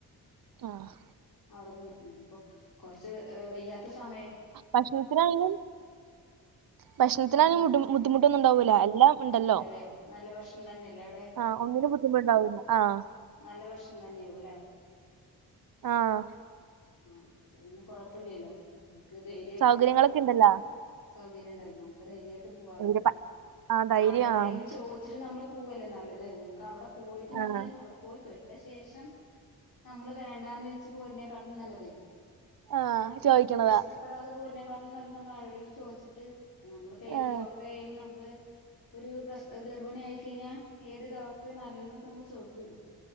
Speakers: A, on the right; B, on the left.
A: ആഹ്
B: അവിടെ നി ഇനിയിപ്പോ കൊറച്ച് വയ്യാത്ത സമയ
A: ഭക്ഷണത്തിനായനും ഭക്ഷണത്തിനായണും
B: എന്താണ്
A: ബുദ്ധിമു ബുദ്ധിമുട്ടൊന്നും ഉണ്ടാവൂല്ല എല്ലാം ഉണ്ടല്ലോ
B: ഇല്ലല്ലെ നല്ല ഭക്ഷണം തന്നെയല്ലേ അവിടെ
A: ആഹ് ഒന്നിനും ബു ദ്ധിമുട്ട്ണ്ടാവുല്ല ആഹ്
B: നല്ല ഭക്ഷണം തന്നെയാവും ല്ലേ
A: ആഹ്
B: ആഹ് അപ്പൊ പിന്നെ കൊഴപ്പല്ലല്ലോ നമ്മുക്ക് ധൈര്യായിട്ട്
A: സൗകര്യങ്ങളൊക്കെ ഉണ്ടല്ലോ
B: സൗകര്യണ്ടല്ലോ നമുക്ക് ധൈര്യായിട്ട് പോവാലോ
A: ഒരു പ ആഹ് ധൈര്യം
B: ആരോടെങ്കിലും
A: ആഹ്
B: ചോയിച്ചിട്ട് നമ്മള് പോവല്ലേ നല്ലത് നമുക്ക് അവിടെ പോയിട്ട് നമ്മള്
A: ആഹ്
B: അവിടെ പോയി പെ ട്ട ശേഷം നമ്മള് വേണ്ടാന്ന് വെച്ച് പോര്ന്നേക്കാട്ടിലും നല്ലതെ
A: ആഹ് ചോദിക്കണതാ
B: നമക്ക് ഇഷ്ടപ്പെടാതെ പോരുന്നേക്കാട്ടിലും നല്ല നമ്മൾ ആരോടെങ്കിലും ചോയിച്ചിട്ട് ഇപ്പ നമ്മളിപ്പോ ഏത്
A: ആഹ്
B: ഡോക്ടറെ ആയാലും നമ്മള് ഒരു പ്ര ഗർഭണി ആയി കഴിഞ്ഞാ ഏത് ഡോക്ടറ് നല്ലത് എന്നൊക്കെ നമ്മൾ ചോയിക്കൂല്ലോ